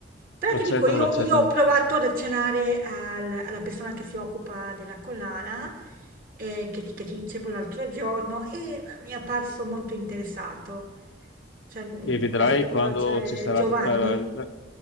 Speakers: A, on the right; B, on the left.
A: Però
B: Lo
A: ti
B: accettano,
A: dico, io,
B: lo accettano.
A: io ho provato ad accennare al- alla persona che si occupa della collana, eh, che, ti che ti dicevo l'altro giorno, e mi è apparso molto interessato. Cioè, mh,
B: E vedrai
A: questo,
B: quando
A: cioè,
B: ci sarà
A: Giovanni.
B: tutta la- la-